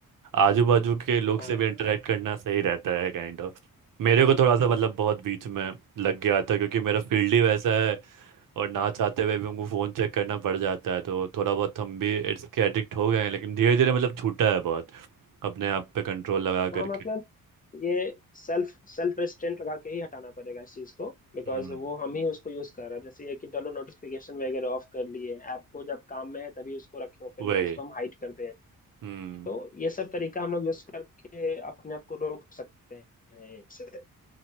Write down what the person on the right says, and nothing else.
आजू बाजू के लोग
से भी इंटरेक्ट करना सही रहता है काइंड ऑफ मेरे को थोड़ा सा मतलब बहुत बीच में लग गया था क्योंकि मेरा फील्ड ही वैसा है और ना चाहते हुए भी हमको फ़ोन चेक करना पड़ जाता है तो थोड़ा बहुत हम भी इसके एडिक्ट हो गए हैं लेकिन धीरे धीरे मतलब छूटा है बहुत अपने आप पे कंट्रोल लगा
करके
हम्म
वही
हम्म